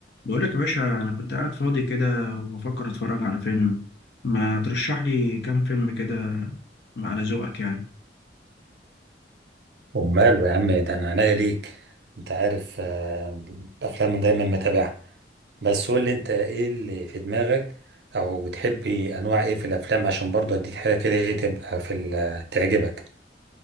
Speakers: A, on the left; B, on the right.
A: بقول لك يا باشا انا كنت قاعد فاضي كده وبفكر اتفرج على فيلم ما ترشح لي كام فيلم كده على ذوقك يعني
B: وماله يا عم ده انا عناية ليك انت عارف آه، الافلام أنا دايما متابعها بس قول لي انت ايه اللي في دماغك او بتحبي انواع ايه في الافلام عشان برضه اديك حاجه كده ايه تبقى في ال- تعجبك